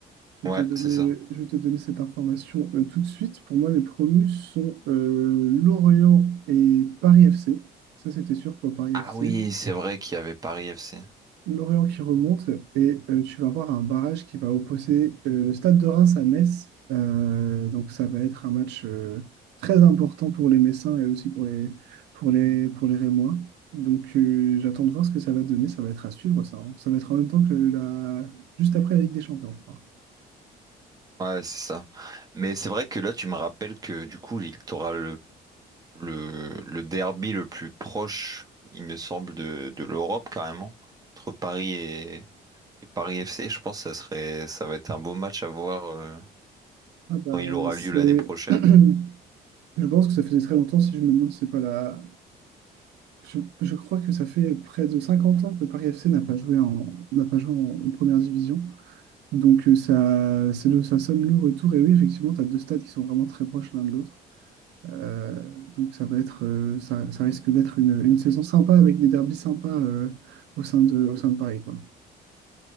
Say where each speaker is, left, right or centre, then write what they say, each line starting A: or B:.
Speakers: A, on the right; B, on the right.
A: Je
B: Ouais,
A: vais te donner,
B: c'est ça.
A: je vais te donner cette information euh, tout de suite. Pour moi, les promus sont euh, Lorient et Paris FC. Ça, c'était sûr pour le Paris
B: Ah
A: FC.
B: oui, c'est vrai qu'il y avait Paris FC.
A: L'Orient qui remonte et euh, tu vas avoir un barrage qui va opposer euh, le Stade de Reims à Metz. Euh, donc ça va être un match euh, très important pour les Messins et aussi pour les, pour les, pour les Rémois. Donc euh, j'attends de voir ce que ça va donner. Ça va être à suivre ça. hein. Ça va être en même temps que la... juste après la Ligue des Champions, je crois.
B: Ouais, c'est ça. Mais c'est vrai que là, tu me rappelles que du coup, il- t'aura le, le, le derby le plus proche, il me semble, de, de l'Europe carrément, entre Paris et, et Paris FC. Je pense que ça serait, ça va être un beau match à voir. euh,
A: Ah bah,
B: quand il aura
A: c'est...
B: lieu l'année prochaine.
A: <clears throat> Je pense que ça faisait très longtemps, si je me demande, si c'est pas la, Je, je crois que ça fait près de 50 ans que Paris FC n'a pas joué en, n'a pas joué en, en première division. Donc euh, ça, c'est le, ça sonne le retour. Et oui, effectivement, tu as deux stades qui sont vraiment très proches l'un de l'autre. Euh, donc ça va être, euh, ça, ça risque d'être une, une saison sympa avec des derbys sympas euh, au sein de, au sein de Paris, quoi.